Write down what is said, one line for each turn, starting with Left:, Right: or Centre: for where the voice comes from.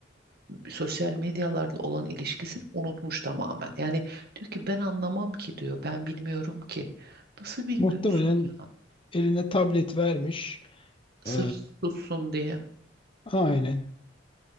Right: sosyal medyalarla olan ilişkisini unutmuş tamamen. Yani diyor ki ben anlamam ki diyor. Ben bilmiyorum ki. Nasıl bilmiyorsun
Left: Muhtemelen
Right: ya?
Left: eline tablet vermiş.
Right: Sırf
Left: E,
Right: sussun diye.
Left: aynen.